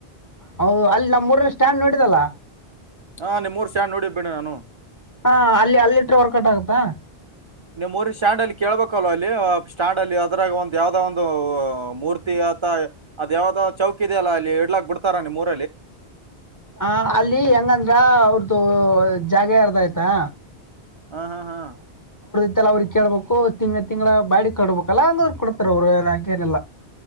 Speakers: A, on the left; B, on the right.
A: ಹ ಅಲ್ಲಿ ನಮ್ಮ್ೂಊರಲ್ಲಿ ಸ್ಟ್ಯಾಂಡ್ ನೋಡಿದಲ್ಲ.
B: ಹಾ ನಿಮ್ ಮೂರು ಸ್ಯಾ ನೋಡಿಬೇಡ ನಾನು.
A: ಹಾ ಅಲ್ಲಿ ಅಲ್ಲಿಟ್ರೆ ವರ್ಕೌಟ್ ಆಗುತ್ತಾ.
B: ನೀವು್ ಮೂರಿ ಸ್ಟ್ಯಾಂಡ್ ಅಲ್ಲಿ ಕೇಳ್ಬೇಕಲ್ವಾ ಅಲ್ಲಿ ಸ್ಟ್ಯಾಂಡ್ ಅಲ್ಲಿ ಅದ್ರಾಗ ಒ್ ಯಾವ್ದೋ ಒಂದು ಮೂರ್ತಿ ಅಥ ಅ್ ಯಾವದಾವ್ ಚೌಕ್ ಇದೆಯ ಅಲ್ಲ ಅಲ್ಲಿ ಇಡ್ಲಾಕ್ ಬಿಡ್ತಾರ ನೀವು ಮೂರ್.
A: ಹ ಅಲ್ಲಿ ಹೆಂಗಂದ್ರ ಅವ್ರ್ದ. ಜಾಗ ಯಾರದ ಆಯ್ತಾ.
B: ಹಾ ಹಾ ಹಾ.
A: ಅವ್ರಿಗೆ ಕೇಳ್ಬೇಕು. ತಿಂಗ ತಿಂಗ್ಗಳ ಬಾಡಿ ಕಡಬೇಕಲ್ಲ ಅಂಗ್ರ. ಕೊಡ್ತಾರ ಅವರು ನಂಂಗ ಏನೆಲ್ಲ.